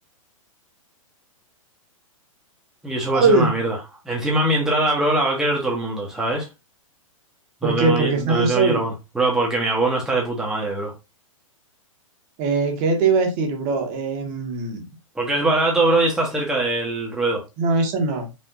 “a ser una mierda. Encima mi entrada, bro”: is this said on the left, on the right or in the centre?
Centre